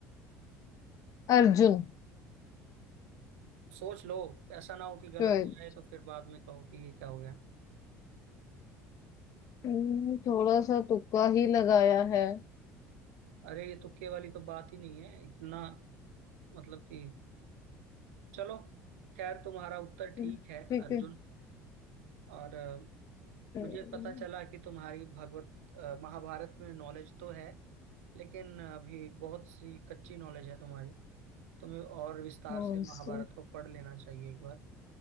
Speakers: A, on the left (about 55°); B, on the right (about 85°).
A: अर्जुन
B: सोच लो ऐसा ना हो कि गलत
A: शायद
B: हो जाए तो फिर बाद में कहो कि ये क्या हो गया
A: हम्म, थोड़ा सा तुक्का ही लगाया है
B: अरे ये तुक्के वाली तो बात ही नहीं है इतना मतलब कि चलो खैर तुम्हारा उत्तर
A: ठीक
B: ठीक है अर्जुन
A: है
B: और अ,
A: हम्म,
B: मुझे पता चला कि तुम्हारी भगवत अ, महाभारत में नॉलेज तो है लेकिन अभी बहुत सी कच्ची नॉलेज है तुम्हारी तुम्हें और विस्तार
A: हाँ
B: से महाभारत
A: से-
B: को पढ़ लेना चाहिए एक बार